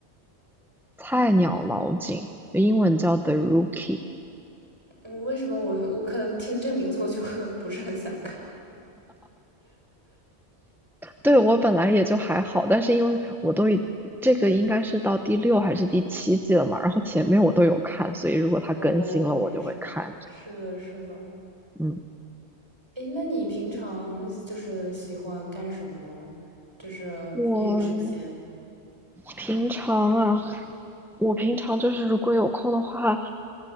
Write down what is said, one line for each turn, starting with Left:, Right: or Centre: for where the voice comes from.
Centre: 菜鸟老警，英文叫 The Rookie。
Right: 嗯为什么我我可能听这名字我就可能不是很想看？
Centre: 对，我本来也就还好，但是因为我都已这个应该是到第六还是第七季了嘛，然后前面我都有看，所以如果它更新了，
Right: 哦，
Centre: 我就会看着。
Right: 也是，是的，是的。
Centre: 嗯，
Right: 诶，那你平常就是喜欢干什么呢？就是业余时间。
Centre: 我平常啊，我平常就是如果有空的话，